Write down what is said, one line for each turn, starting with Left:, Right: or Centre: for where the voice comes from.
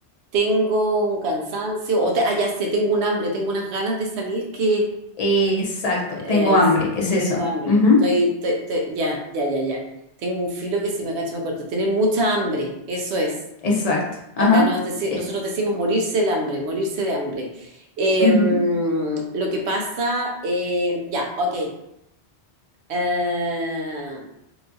Right: Tengo un cansancio. O te- ah, ya sé, tengo un hambre, tengo unas ganas de salir que
Left: Exacto,
Right: eh,
Left: tengo
Right: ahí
Left: hambre,
Right: sí,
Left: es eso.
Right: tengo hambre.
Left: Ujú,
Right: Estoy, estoy- estoy- ya, ya, ya, ya. Tengo un filo que si me agacho me corto. Tener mucha hambre, eso es.
Left: Exacto, ajá.
Right: Acá nos deci-
Left: eh,
Right: nosotros decimos morirse el hambre, morirse de hambre. Eh,
Left: ujú.
Right: lo que pasa, eh, ya, ok. Eh,